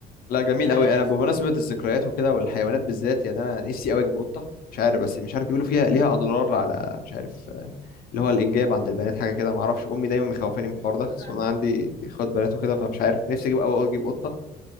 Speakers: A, on the left; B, on the right.
A: لا جميل
B: آه
A: قوي انا
B: في
A: بمناسبه
B: مره
A: الذكريات وكده والحيوانات بالذات يعني انا نفسي قوي اجيب قطه مش عارف بس مش عارف بيقولوا فيها ليها اضرار على مش عارف آه، اللي هو الانجاب عند البنات حاجه كده ما اعرفش امي دايما مخوفاني من الحوار ده خصوصا
B: لا لا
A: انا عندي اخوات بنات وكده فمش عارف نفسي اجيب اول اجيب قطه